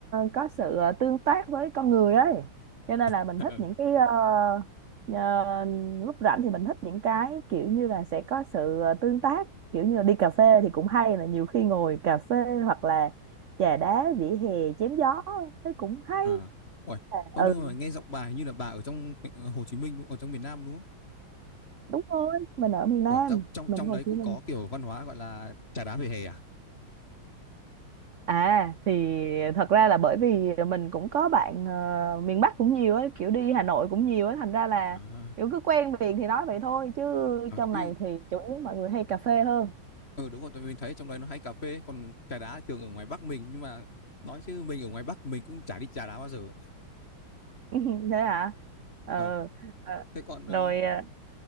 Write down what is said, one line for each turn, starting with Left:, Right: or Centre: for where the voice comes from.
Right: có sự ờ, tương tác với con người ấy cho nên
Left: <laughs>
Right: là mình thích những cái ờ, ờ, lúc rảnh thì mình thích những cái kiểu như là sẽ có sự ờ, tương tác kiểu như là đi cà phê thì cũng hay là nhiều khi ngồi cà phê hoặc là trà đá vỉa hè chém gió thấy cũng hay
Left: À, ủa,
Right: À,
Left: có
Right: ừ
Left: như mà nghe giọng bà hình như là bà ở trong ờ, Hồ Chí Minh đúng không? Ở trong miền Nam đúng không?
Right: đúng rồi mình ở miền Nam
Left: Ủa, trong trong
Right: mình
Left: trong
Right: Hồ
Left: đấy cũng
Right: Chí Minh
Left: có kiểu văn hóa gọi là trà đá vỉa hè à?
Right: À thì thật ra là bởi vì mình cũng có bạn ờ, miền Bắc cũng nhiều ấy, kiểu đi Hà Nội cũng nhiều ấy, thành ra là
Left: À,
Right: kiểu cứ quen miệng thì nói vậy thôi chứ
Left: à
Right: trong
Left: chứ
Right: này thì chủ yếu mọi người hay cà phê hơn.
Left: ừ, đúng rồi, tại vì mình thấy trong đấy nó hay cà phê, còn trà đá thường ở ngoài Bắc mình nhưng mà nói chứ mình ở ngoài Bắc mình cũng chả đi trà đá bao giờ. ấy.
Right: <laughs> Thế hả? Ờ
Left: Ờ,
Right: ờ.
Left: thế còn ờ,
Right: rồi ờ,